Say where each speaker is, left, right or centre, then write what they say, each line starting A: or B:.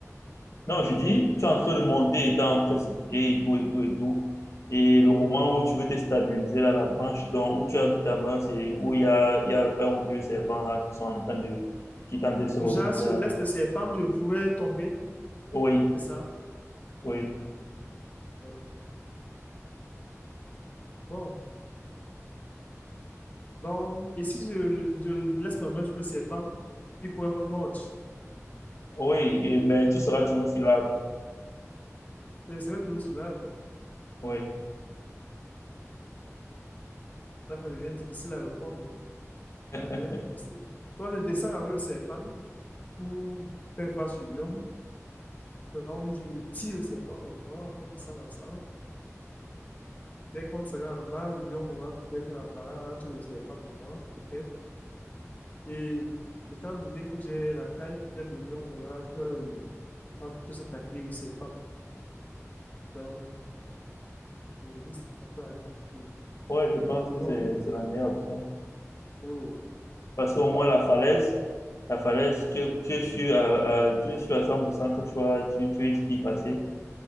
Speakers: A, on the left (about 60°); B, on the left (about 30°).
A: Non, je dis, tu es en train de monter étant précipité et tout, et tout, et tout. Et le
B: Oui.
A: moment où tu veux te stabiliser, là, la branche dont, où tu as mis ta main, c'est où il y a, il y a un ou deux serpents, là, qui sont en train de, qui tentent de se
B: Du
A: reposer,
B: genre, si
A: là.
B: je laisse le serpent, je pourrais tomber.
A: Oui,
B: C'est ça?
A: oui,
B: Oui. Bon. Donc, et si je, je laisse ma main sur le serpent, il pourrait me mordre.
A: oui, et- mais tu seras toujours sur l'arbre.
B: Mais c'est vrai que sur l'arbre,
A: Oui.
B: ça ça devient difficile à répondre. hein.
A: <laughs>
B: Ça devient difficile. Toi, tu descends avec le serpent pour faire face au lion. Donc, tu tires le serpent et moi, on descend ensemble. Dès qu'on sera en bas, le lion aura peut-être un barrage entre le serpent et moi, peut-être. Et étant donné que j'ai la taille, peut-être le lion aura peur et va plutôt s'attaquer au serpent. Donc, le novice, ça peut aller plus vite.
A: Ouais, je
B: Le
A: pense
B: le
A: que
B: lion,
A: c'est, c'est la meilleure option.
B: oui, oui,
A: Parce qu'au moins, la falaise, la falaise, tu, es- tu es sûr, à- à- tu es sûr à 100% que tu vas, tu, tu risques d'y passer.